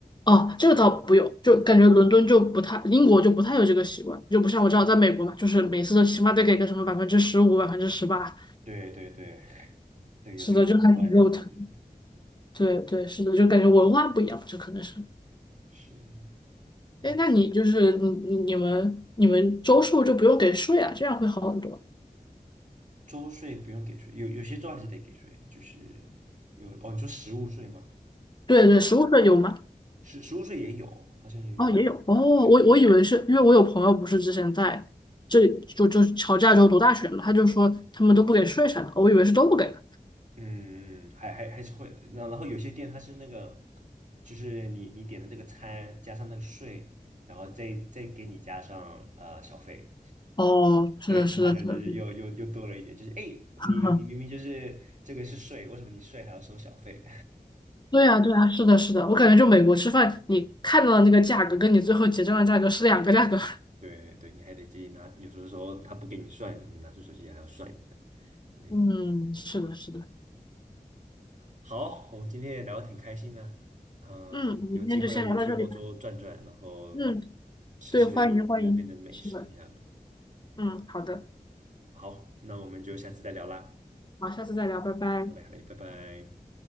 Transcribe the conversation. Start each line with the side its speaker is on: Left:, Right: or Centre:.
Left: 哦，这个倒不用，就感觉伦敦就不太，英国就不太有这个习惯，就不像我知道在美国嘛，就是每次都起码得给个什么百分之十五、百分之十八，
Right: 对对对，<laughs> 对有这个额外的，
Left: 是的，就还挺肉疼。
Right: 对对对，
Left: 对对，是的，就感觉文化不一样，这可能是。
Right: 是那
Left: 哎，那你就是你你你们你们周数就不用给税啊，这样会好很多。
Right: 周税不用给税，有有些州还是得给税，就是有哦，你说实物税吗？
Left: 对对，实物税有吗？
Right: 实实物税也有，好像也有。
Left: 哦，也有。哦，
Right: 对对
Left: 我我以为是因为我有朋友不是之前在这里就就乔治亚州读大学嘛，他就说他们都不给税啥的，我以为是都不给的。
Right: 嗯，嗯嗯还还还是会，那然后有些店它是那个，就是你你点的这个餐加上那个税，然后再再给你加上呃小费，
Left: 哦，是的，
Right: 对，就好像就是又又又多了一点，
Left: 是的，是的。
Right: 就是哎，诶你你明明就是这个是税，
Left: <laughs>
Right: 为什么你税还要收小费？
Left: 对呀，对呀，是的，是的，我感觉就美国吃饭，你看到的那个价格跟你最后结账的价格是两个价格。<laughs>
Right: <laughs> 对对，你还得自己拿，有时候说他不给你算，你拿出手机还要算一下，对。
Left: 嗯，是的，是的。
Right: 好，我们今天也聊得挺开心的。嗯、
Left: 嗯，我们今天就先聊到这里吧。
Right: 有机会我去欧洲转转，然后
Left: 嗯，
Right: 吃吃你那边的美食呀。
Left: 对，欢迎欢迎，是的，嗯，好的，
Right: 好，那我们就下次再聊啦。
Left: 好，下次再聊，拜拜。
Right: 好嘞，好嘞，拜拜。